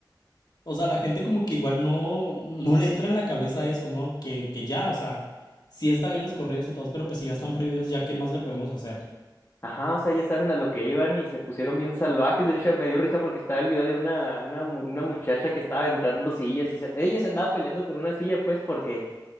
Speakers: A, on the left; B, on the left.
A: O sea, la gente como que igual no, no le entra en la cabeza eso, ¿no? Que, que ya, o sea, sí está bien los corridos y todos, pero pues si ya están prohibidos, ya qué más le podemos hacer.
B: Ajá, o sea, ya saben a lo que iban y se pusieron bien salvajes. De hecho, me dio risa porque estaba el video de una, una, mu- una muchacha que estaba aventando sillas y se- ella se andaba peleando con una silla, pues, porque